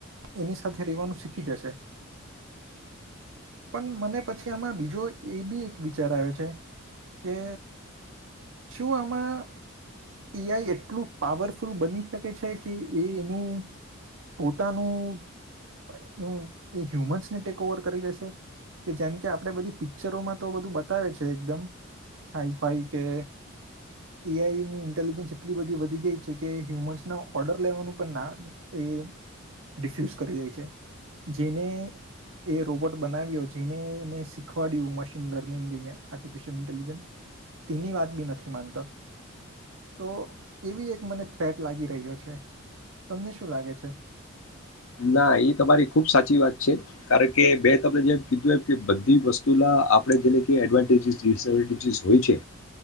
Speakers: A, on the right; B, on the left.
A: એની સાથે રહેેવાનું શીખી જશે પણ મને પછી આમાં બીજો એ બી એક વિચાર આવે છે કે શું આમાં એઆઈ એટલું પાવરફુલ બની શકે છે કે, એ એનું પોતાનું એ હ્યુમન્સને ટેક ઓવર કરી લેશે કે જેમ કે આપણે બધી પિક્ચરોમાં તો બધું બતાવે છે એકદમ હાઈફાઈ કે એઆઈની ઇન્ટેલિજન્સ એટલી બધી વધી ગઈ છે કે, હ્યુમન્સના ઓર્ડર લેવાનું પણ ના એ ડિફ્યુઝ કરી દે છે. જેને એ રોબોટ બનાવ્યો, જેને એને શીખવાડ્યું મશીન લર્નિંગ એ આર્ટિફિશિયલ ઇન્ટેલિજન્સ તેની વાત બી નથી માનતા. તો એવી એક મને થ્રેટ લાગી રહ્યો છે, તમને શું લાગે છે?
B: ના ઈ તમારી ખુબ સાચી વાત છે કારણ કે મે તમને જેમ કીધું એમ કે બધી વસ્તુના આપણે જેને કે એડવાન્ટેજીસ ડિસએડવાન્ટેજીસ હોય છે.